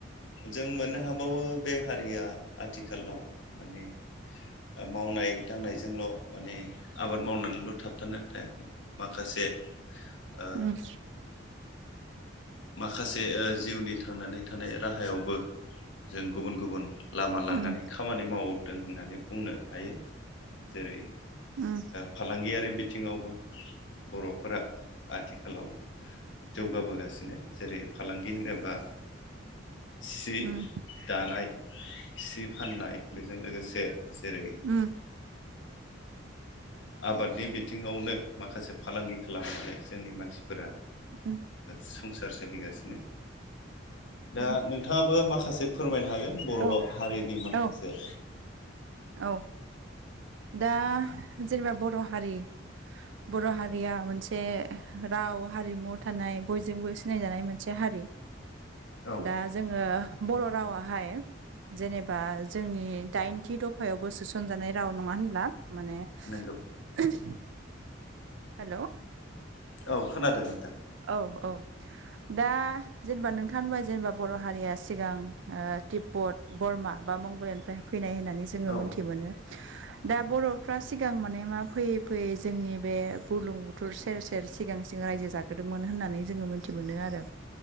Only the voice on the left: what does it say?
जों मोननो हाबावो बे हारिया आथिखालाव माने मावनाय दांनायजोंल' माने आबाद मावनानैल' थाबथानानै थायाखै माखासे ओ
माखासे जिउनि थांनानै थानाय राहायावबो जों गुबुन गुबुन लामा लानानै
खामानि मावदों होननानै बुंनो हायो जेरै
फालांगियारि बिथिङावबो बर'फोरा आथिखालाव जौगाबोगासिनो जेरै फालांगि होनोबा सि
दानाय सि फाननाय बेजों लोगोसे जेरै
आबादनि बिथिङावनो माखासे फालांगि खालामनानै जोंनि मानसिफोरा
संसार सोलिगासिनो दा
नों नोंथाङाबो माखासे फोरमायनो हागोन बर'
हारिनि माखासे
<unintelligible> औ
नोंगौ
औ खोनादों नोंथां
औ
<inaudible>